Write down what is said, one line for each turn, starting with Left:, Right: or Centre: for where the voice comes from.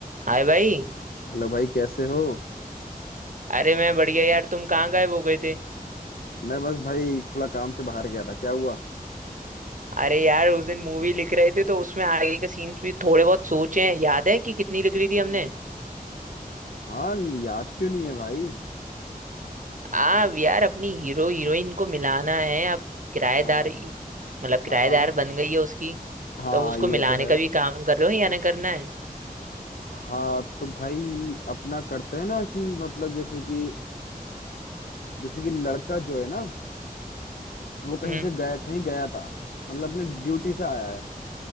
Right: हाय भाई
Left: हेलो भाई कैसे हो
Right: अरे मैं बढ़िया यार तुम कहाँ गायब हो गए थे
Left: मैं बस भाई थोड़ा काम से बाहर गया था क्या हुआ
Right: अरे यार उस दिन मूवी लिख रहे थे तो उसमें आगे के सीन्स भी थोड़े बहुत सोचे हैं याद है कि कितनी लिख रही थी हमने
Left: हाँ याद क्यों नहीं है भाई
Right: आ यार अपनी हीरो हीरोइन को मिलाना है अब किराएदार
Left: हाँ
Right: मतलब किराएदार
Left: हाँ हाँ
Right: बन गई है उसकी
Left: हाँ
Right: तो अब उसको
Left: ये
Right: मिलाने
Left: तो है
Right: का भी काम कर रहे हो या ना करना है
Left: हाँ तो भाई अपना करते हैं ना कि मतलब जैसे कि जैसे कि लड़का जो है ना वो कहीं
Right: हम्म
Left: से गया कहीं गया था मतलब अपने ड्यूटी से आया है